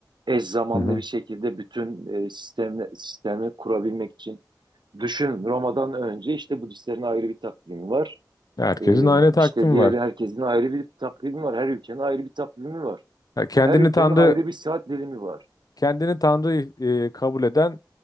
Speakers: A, on the right; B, on the left.
A: eş zamanlı
B: hı hı.
A: bir şekilde bütün e, sistemle, sistemi kurabilmek için düşün Roma'dan önce işte Budistlerin ayrı bir takvimi var.
B: Herkesin
A: E,
B: aynı takvim
A: işte diğer
B: var.
A: herkesin ayrı bir takvimi var. Her ülkenin ayrı bir takvimi var.
B: Ha, kendini
A: Her ülkenin
B: tanrı
A: ayrı bir saat dilimi var.
B: kendini tanrı e, kabul eden